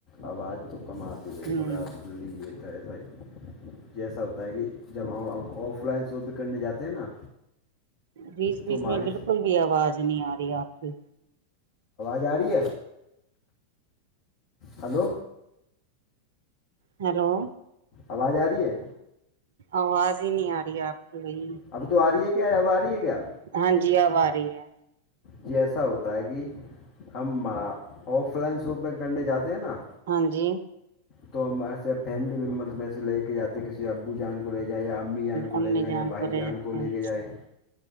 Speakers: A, on the left; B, on the right.
A: آواز تو کم آتی ہے
B: ہوں
A: تھوڑا لیے تھا لائی جیسا ہوتا ہے کہ جب ہم آف لائن شاپ بھی کرنے جاتے ہیں نا
B: بیس بیس
A: تو ہمارے
B: میں بالکل بھی آواز نہیں آ رہی آپ کی
A: یاری ہے ہلو
B: ہیلو
A: آوج آ رہی ہے
B: آواز ہی نہیں آ رہی آپ کی وہی
A: اب تو آ رہی ہے کیا اب آ رہی ہے کیا
B: ہاں جی آوا رہی ہے
A: جی ایسا ہوتا ہے کہ ہم آف لائن شاپنگ کرنے جاتے ہیں نا
B: ہاں جی
A: تو ہم ایسے فیملی ممبرس میں سے لے کے جاتے ہیں کسی ابو جان کو کو لے جائیں یا امی جان کو
B: امی
A: لے جائیں یا بھائی
B: رہتے
A: جان کو لے
B: ہیں
A: کے جائیں